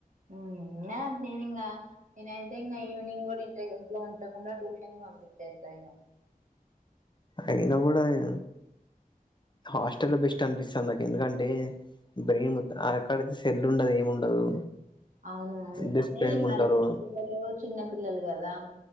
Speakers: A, on the right; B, on the left.
A: మ్మ్మ్ నినా నేనింగా నేనైతే ఇంగ ఈవినింగ్ కూడా ఇంటీ దగ్గర ఇంట్లో ఉంచకుండా ట్యూషన్ కంప్లీట్ చేస్తా ఇంగా
B: అయినా కూడా ఎ హాస్టలే బెస్ట్ అనిపిస్తంది అక్క ఎందుకంటే బ్రెయిన్ అక్కడైతే సెల్లు ఉండదు ఏమి ఉండదు
A: అవునవును
B: డిసిప్లైన్
A: మరి
B: ఉంటారు
A: పిల్లలు చిన్న పిల్లలు కదా